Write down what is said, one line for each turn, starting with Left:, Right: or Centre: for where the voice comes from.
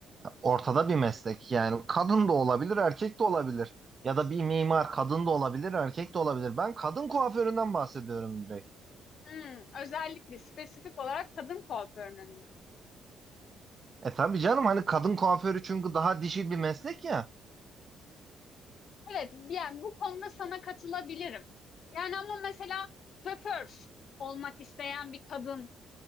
Right: ortada bir meslek. Yani kadın da olabilir, erkek de olabilir. Ya da bir mimar kadın da olabilir, erkek de olabilir. Ben kadın kuaföründen bahsediyorum direkt.
Left: hmm, özellikle spesifik olarak kadın kuaförünün.
Right: E tabii canım hani kadın kuaförü çünkü daha dişi bir meslek ya.
Left: Evet, yani bu konuda sana katılabilirim. Yani ama mesela şoför olmak isteyen bir kadın